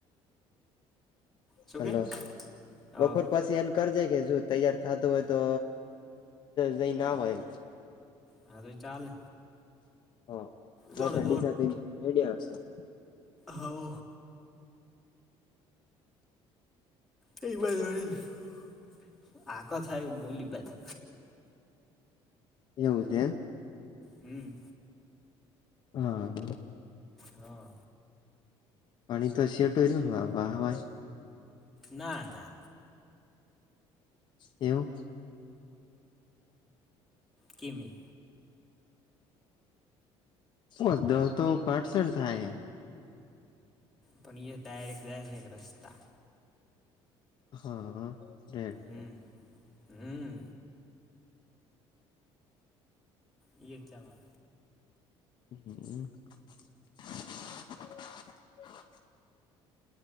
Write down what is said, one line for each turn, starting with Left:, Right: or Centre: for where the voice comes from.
Centre: શું
Left: હાલો
Centre: કે હા
Left: બપોર પછી એન કર જે કે જો તૈયાર થતું હોય તો જઈ ને આવય.
Centre: હા તો ચાલે.
Left: હા
Centre: દોડે
Left: હડીસા રડી આવશે.
Centre: હોવ. <unintelligible> આખ થાય બોલી બાજુ.
Left: એ <inaudible> એમ.
Centre: હમ્મ.
Left: હા.
Centre: હા
Left: પાણી તો સટોરીવ વાહ હાવા.
Centre: ના ના.
Left: એવું?
Centre: કેમી.
Left: ઓ દહ તો પારસન થાય.
Centre: પણ એ ડાયરેક્ટ જાય છે એક રસ્તા.
Left: હા રહેે.
Centre: હમ હમ <inaudible> ચાલા.
Left: <inaudible>